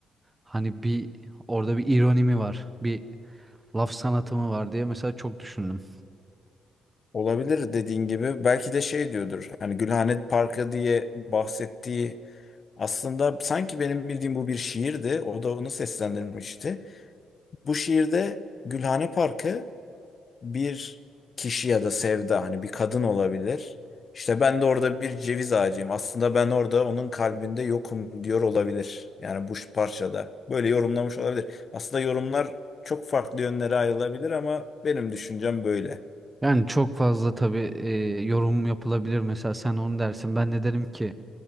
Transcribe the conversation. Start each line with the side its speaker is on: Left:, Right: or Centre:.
Right: hani bir orada bir ironi mi var? Bir laf sanatı mı var diye mesela çok düşündüm.
Left: Olabilir dediğin gibi belki de şey diyordur. Hani Gülhane Parkı diye bahsettiği Aslında sanki benim bildiğim bu bir şiirdi. O da onu seslendirmişti. Bu şiirde Gülhane Parkı bir kişi ya da sevda hani bir kadın olabilir. İşte ben de orada bir ceviz ağacıyım. Aslında ben orada onun kalbinde yokum diyor olabilir. Yani bu parçada böyle yorumlamış olabilir. Aslında yorumlar çok farklı yönlere ayrılabilir ama benim düşüncem böyle.
Right: Yani çok fazla tabii e, yorum yapılabilir. Mesela sen onu dersin. Ben de derim ki